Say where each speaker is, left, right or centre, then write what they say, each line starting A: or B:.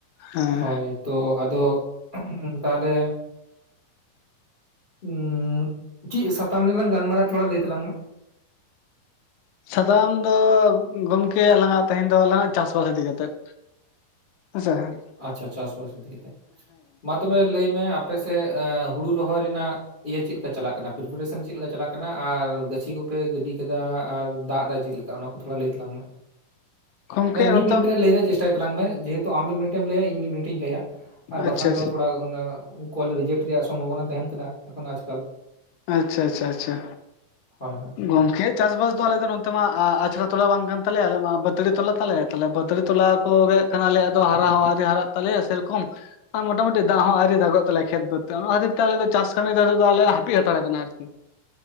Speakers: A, on the left; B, on the left.
A: ᱦᱮᱸ
B: ᱦᱚᱭ! ᱛᱚ ᱟᱫᱚ ᱛᱟᱼᱞᱮ! ᱩᱸᱜ ᱪᱮᱜ ᱥᱟᱛᱟᱢ ᱱᱮᱞᱟᱝ ᱜᱟᱞᱢᱟᱨᱟᱜ? ᱛᱷᱳᱲᱟ ᱞᱟᱹᱭ ᱛᱟᱞᱟᱝ ᱢᱮ!
A: ᱥᱟᱫᱟᱢ ᱫᱚ ᱜᱚᱢᱠᱮ, ᱟᱞᱟᱝᱟᱜ ᱛᱮᱦᱮᱧ ᱫᱚ ᱞᱟᱝᱟᱜ 'ᱪᱟᱥᱵᱟᱥ' ᱤᱫᱤ ᱠᱟᱛᱮᱫ᱾ ᱟᱥᱥᱟ᱾
B: ᱟᱪᱪᱷᱟ ᱪᱟᱥᱵᱟᱥ ᱟᱥ ᱯᱟᱥ ᱤᱫᱤ ᱠᱟᱛᱮᱜ ᱢᱟ ᱛᱚᱵᱮ ᱞᱟᱹᱭᱢᱮ ᱟᱯᱮᱥᱮᱫ ᱦᱩᱲᱩ ᱨᱚᱦᱚᱭ ᱨᱮᱱᱟᱜ ᱤᱭᱟᱹ ᱪᱮᱫ ᱞᱮᱠᱟ ᱪᱟᱞᱟᱜ ᱠᱟᱱᱟ ᱯᱨᱤᱯᱤᱨᱤᱥᱚᱱ ᱪᱮᱫ ᱞᱮᱠᱟ ᱪᱟᱞᱟᱜ ᱠᱟᱱᱟ ᱟᱨ ᱜᱟᱹᱪᱷᱤ ᱠᱚᱯᱮ ᱜᱤᱰᱤ ᱠᱮᱫᱟᱟ ᱟᱨ ᱫᱟᱜ ᱫᱟᱭ ᱪᱮᱫ ᱞᱤᱠ ᱠᱟ ᱚᱱᱟ ᱠᱚ ᱛᱷᱳᱲᱟ ᱞᱟᱹᱭ ᱛᱟᱞᱟᱝ ᱢᱮ
A: ᱜᱚᱝᱠᱮ
B: ᱮ ᱢᱤᱫ
A: ᱱᱚᱛᱮ
B: ᱢᱤᱱᱤᱴ ᱨᱮ ᱞᱟᱹᱭ ᱨᱮᱭᱟᱜ ᱪᱮᱥᱴᱟᱭ ᱛᱟᱞᱟᱝ ᱢᱮ ᱡᱮᱦᱮᱛᱩ ᱟᱢ ᱢᱤᱫ ᱢᱤᱱᱤᱴᱮᱢ ᱞᱟᱹᱭᱟ ᱤᱧ ᱢᱤᱫ ᱢᱤᱱᱤᱴ ᱤᱧ ᱞᱟᱹᱭᱼᱟ ᱟᱨ ᱵᱟᱠᱷᱟᱱ
A: ᱟᱪᱪᱷᱟ
B: ᱫᱚ ᱛᱷᱳᱲᱟ ᱚᱱᱟᱹᱜ ᱠᱚᱞ ᱨᱮᱡᱮᱠᱴ ᱨᱮᱭᱟᱜ ᱥᱚᱢᱵᱷᱟᱵᱽᱵᱚᱱᱟ ᱛᱟᱦᱮᱸᱱ ᱠᱟᱱᱟ ᱮᱠᱷᱚᱱ ᱟᱡᱽᱼᱠᱚᱞ
A: ᱟᱪᱪᱷᱟ ᱟᱪᱪᱷᱟ ᱟᱪᱪᱷᱟ
B: ᱦᱳᱭ ᱦᱳᱭ
A: ᱜᱚᱢᱠᱮᱡ ᱪᱟᱥᱵᱟᱥ ᱫᱚ ᱟᱞᱮ ᱫᱚ ᱱᱚᱛᱮ ᱢᱟ ᱟᱪᱷᱲᱟ ᱛᱚᱞᱟ ᱵᱟᱝ ᱠᱟᱱ ᱛᱟᱞᱮᱭᱟ ᱟᱞᱮ ᱢᱟ ᱵᱟᱹᱫᱽᱲᱟᱹ ᱛᱚᱞᱟ ᱛᱟᱞᱮ ᱛᱮ ᱵᱟᱹᱫᱽᱲᱟᱹ ᱛᱚᱞᱟ ᱠᱚᱜᱮ ᱠᱟᱱᱟᱞᱮ ᱟᱫᱚ ᱦᱟᱨᱟ ᱦᱚᱸ ᱟᱹᱣᱨᱤ ᱦᱟᱨᱟᱜ ᱛᱟᱞᱮᱭᱟ ᱥᱮᱨᱚᱠᱚᱢ ᱟᱨ ᱢᱳᱴᱟᱢᱩᱴᱤ ᱫᱟᱜ ᱦᱚᱸ ᱟᱹᱣᱨᱤ ᱫᱟᱜᱚᱜ ᱛᱟᱞᱮᱭᱟ ᱠᱷᱮᱛ ᱫᱚ ᱮᱛᱮᱫ ᱚᱱᱟ ᱠᱷᱟᱹᱛᱤᱨ ᱛᱮ ᱟᱞᱮ ᱫᱚ ᱪᱟᱥ ᱠᱟᱹᱢᱤ ᱨᱮ ᱱᱤᱛᱳᱜ ᱫᱚ ᱟᱞᱮ ᱦᱟᱨᱟ <unintelligible> ᱦᱟᱛᱟᱲ ᱟᱠᱟᱱᱟ ᱟᱨᱠᱤ